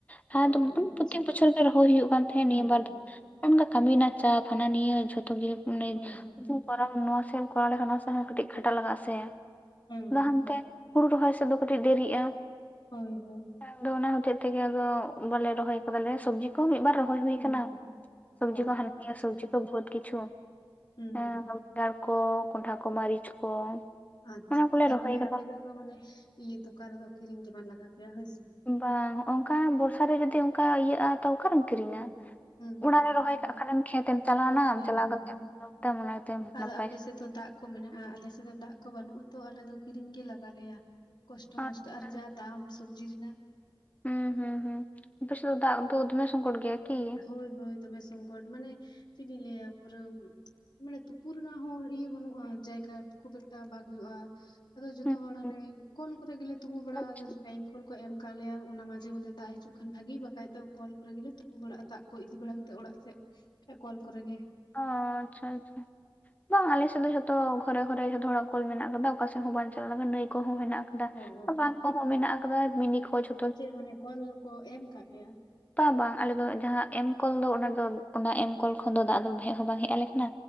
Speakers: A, on the left; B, on the left.
A: <unintelligible>
B: ᱚ ᱚ ᱟᱪᱪᱷᱟ
A: ᱯᱨᱚᱛᱮᱠ ᱵᱚᱪᱷᱚᱨ ᱜᱮ ᱨᱚᱦᱚᱭ ᱦᱩᱭᱩᱜ ᱠᱟᱱ ᱛᱟᱦᱮᱫ
B: ᱦᱩᱸ
A: ᱱᱤᱭᱟᱹ
B: ᱦᱩᱸ
A: ᱵᱟᱨ
B: ᱦᱩᱸ
A: <unintelligible> <unintelligible> ᱠᱟᱹᱢᱤ ᱨᱮᱱᱟᱜ ᱪᱟᱯ ᱦᱟᱱᱟ ᱱᱤᱭᱟᱹ ᱡᱷᱚᱛᱚ ᱜᱮ <unintelligible>
B: ᱦᱳᱭ ᱦᱳᱭ
A: ᱠᱚᱨᱟᱣ ᱱᱚᱣᱟ ᱥᱮᱫ ᱮᱢ ᱠᱚᱨᱟᱹᱣ ᱞᱮᱠᱷᱟᱱ ᱱᱚᱣᱟ ᱥᱮᱫ ᱦᱚᱸ ᱠᱟᱹᱴᱤᱡ ᱠᱷᱟᱴᱟᱜ ᱞᱟᱜᱟᱜᱼᱟ ᱥᱮ
B: ᱦᱳᱭ ᱦᱳᱭ
A: <unintelligible>
B: ᱦᱳᱭ
A: ᱦᱟᱱᱛᱮ ᱦᱩᱲᱩ ᱨᱚᱦᱚᱭ ᱥᱮᱫ ᱫᱚ ᱠᱟᱹᱴᱤᱡ ᱫᱮᱨᱤᱜᱼᱟ
B: ᱦᱳᱭ ᱦᱳᱭ
A: <unintelligible> ᱚᱱᱟ ᱦᱚᱛᱮᱡ ᱛᱮᱜᱮ ᱵᱟᱞᱮ ᱨᱚᱦᱚᱭ ᱟᱠᱟᱫᱟᱞᱮ ᱥᱚᱵᱡᱤ <unintelligible> ᱢᱤᱫ ᱵᱟᱨ ᱨᱚᱦᱚᱭ ᱦᱩᱭ
B: ᱦᱩᱸ
A: ᱟᱠᱟᱱᱟ
B: ᱦᱩᱸ ᱦᱩᱸ
A: ᱥᱚᱵᱡᱤ
B: ᱚ
A: ᱠᱚ ᱦᱟᱱ ᱱᱤᱭᱟᱹ
B: ᱟᱪᱪᱷᱟ
A: ᱥᱚᱵᱡᱤ ᱠᱚ ᱵᱚᱦᱩᱛ ᱠᱤᱪᱷᱩ
B: ᱦᱩᱸ
A: ᱦᱮ <unintelligible>
B: ᱦᱩᱸ
A: ᱠᱚ ᱠᱚᱱᱰᱷᱟ ᱠᱚ ᱢᱟᱹᱨᱤᱪ ᱠᱚ
B: ᱟᱪᱪᱷᱟ
A: ᱚᱱᱟ ᱠᱚᱞᱮ
B: ᱛᱟᱨᱢᱟᱱᱮ
A: ᱨᱚᱦᱚᱭ ᱠᱟᱫᱟ
B: ᱟᱯᱮ ᱫᱚᱛᱚ ᱢᱟᱱᱮ ᱤᱭᱟᱹ ᱫᱚᱠᱟᱱ ᱨᱮᱫᱚ ᱠᱤᱨᱤᱧ ᱜᱮ ᱵᱟᱝ ᱞᱟᱜᱟᱣ ᱟᱯᱮᱭᱟ ᱦᱳᱭ ᱥᱮ
A: ᱵᱟᱝ ᱚᱱᱠᱟ ᱵᱚᱨᱥᱟ ᱨᱮ ᱡᱚᱫᱤ ᱚᱱᱠᱟ ᱤᱭᱟᱹᱜᱼᱟ ᱛᱚ ᱚᱠᱟᱨᱮᱢ ᱠᱤᱨᱤᱧᱟ
B: ᱦᱩᱸ ᱦᱩᱸ ᱦᱩᱸ
A: ᱚᱲᱟᱜ ᱨᱮ
B: ᱦᱳᱭ
A: ᱨᱚᱦᱚᱭ ᱠᱟᱜ ᱠᱷᱟᱱᱮᱢ ᱠᱷᱮᱛ ᱮᱢ ᱪᱟᱞᱟᱣᱱᱟᱢ
B: ᱦᱳᱭ
A: ᱪᱟᱞᱟᱣ
B: ᱦᱳᱭ
A: ᱠᱟᱛᱮᱫ <unintelligible>
B: ᱟᱫᱚ ᱟᱯᱮ
A: <unintelligible> <unintelligible>
B: ᱥᱮᱫ ᱫᱚ ᱫᱟᱜ ᱠᱚ ᱢᱮᱱᱟᱜᱼᱟ ᱟᱞᱮ ᱥᱮᱜ ᱫᱚ ᱫᱟᱜ ᱠᱚ ᱵᱟᱹᱱᱩᱜ-ᱟ ᱛᱚ ᱟᱞᱮ ᱫᱚ ᱠᱤᱨᱤᱧ ᱜᱮ ᱞᱟᱜᱟ ᱞᱮᱭᱟ ᱠᱚᱥᱴᱚ
A: ᱟᱪᱪᱷᱟ
B: ᱢᱚᱥᱴᱚ ᱟᱨ ᱡᱟ ᱫᱟᱢ ᱥᱚᱵᱡᱤ ᱨᱮᱱᱟᱜ
A: ᱦᱩᱸ ᱦᱩᱸ ᱦᱩᱸ ᱟᱯᱮ ᱥᱮ ᱫᱚ ᱫᱟᱜ ᱫᱚ ᱫᱚᱢᱮ ᱥᱚᱝᱠᱚᱴ ᱜᱮᱭᱟ ᱠᱤ
B: ᱦᱳᱭ ᱦᱳᱭ ᱫᱚᱢᱮ ᱥᱚᱝᱠᱚᱴ ᱢᱟᱱᱮ ᱪᱮᱫ ᱤᱧ ᱞᱟᱹᱭᱟ ᱯᱩᱨᱟᱹ ᱢᱟᱱᱮ ᱛᱩᱯᱩ ᱨᱮᱱᱟᱜ ᱦᱚᱸ ᱤᱭᱟᱹ ᱵᱟᱹᱱᱩᱜᱼᱟ ᱡᱟᱭᱜᱟ ᱠᱷᱩᱵ <unintelligible> ᱮᱠᱴᱟ ᱵᱟᱝ ᱦᱩᱭᱩᱜᱼᱟ ᱟᱫᱚ ᱡᱚᱛᱚ
A: ᱦᱩᱸ
B: ᱦᱚᱲ ᱦᱟᱱᱮ
A: ᱦᱩᱸ
B: ᱠᱚᱞ ᱠᱚᱨᱮ ᱜᱮᱞᱮ ᱛᱩᱯᱩ ᱵᱟᱲᱟ-ᱟ
A: ᱟᱪᱪᱷᱟ
B: ᱴᱟᱭᱤᱢ ᱠᱚᱞ ᱠᱚ ᱮᱢ ᱟᱠᱟᱫ ᱞᱮᱭᱟ ᱚᱱᱟ ᱢᱟᱡᱷᱮ ᱢᱚᱫᱽᱷᱮ ᱫᱟᱜ ᱦᱤᱡᱩᱜ ᱠᱷᱟᱱ ᱵᱷᱟᱜᱤ ᱵᱟᱠᱷᱟᱡ ᱫᱚ ᱠᱚᱞ ᱠᱚᱨᱮ ᱜᱮᱞᱮ <unintelligible> <unintelligible> ᱵᱟᱲᱟᱜ-ᱟ ᱫᱟᱜ ᱠᱚ ᱤᱫᱤ ᱵᱟᱲᱟ ᱠᱟᱛᱮᱫ ᱚᱲᱟᱜ ᱥᱮᱫ ᱠᱚᱞ ᱠᱚᱨᱮ ᱜᱮ᱾
A: <unintelligible> ᱟᱪᱪᱷᱟ ᱟᱪᱪᱷᱟ ᱵᱟᱝ ᱟᱞᱮᱥᱮᱫ ᱫᱚ ᱡᱷᱚᱛᱚ ᱜᱷᱚᱨᱮ ᱜᱷᱚᱨᱮ ᱡᱷᱚᱛᱚ ᱦᱚᱲᱟᱜ ᱠᱚᱞ ᱢᱮᱱᱟᱜ ᱟᱠᱟᱫᱟ ᱚᱠᱟ ᱥᱮᱫ ᱦᱚᱸ ᱵᱟᱝ ᱪᱟᱞᱟᱜ ᱞᱟᱜᱟᱜᱟ ᱱᱟᱹᱭ ᱠᱚᱦᱚᱸ ᱦᱮᱱᱟᱜ ᱟᱠᱟᱫᱟ
B: ᱚ ᱚ
A: ᱵᱟᱱ
B: ᱚ
A: ᱠᱚᱦᱚᱸ ᱢᱮᱱᱟᱜ ᱟᱠᱟᱫᱟ ᱢᱤᱱᱤ ᱠᱚ ᱡᱮ
B: ᱪᱮᱫ ᱢᱟᱱᱮ ᱠᱚᱞ ᱠᱚ ᱮᱢ ᱠᱟ ᱯᱮᱭᱟ
A: ᱵᱟᱝ ᱵᱟᱝ ᱟᱞᱮ ᱫᱚ ᱡᱟᱦᱟᱸ ᱮᱢ ᱠᱚᱞ ᱫᱚ ᱚᱱᱟ ᱫᱚ ᱚᱱᱟ ᱮᱢ ᱠᱚᱞ ᱠᱷᱚᱱ ᱫᱚ ᱫᱟᱜ ᱫᱚ ᱦᱮᱡ ᱦᱚ ᱵᱟᱝ ᱦᱮᱡ ᱟᱞᱮ ᱠᱟᱱᱟ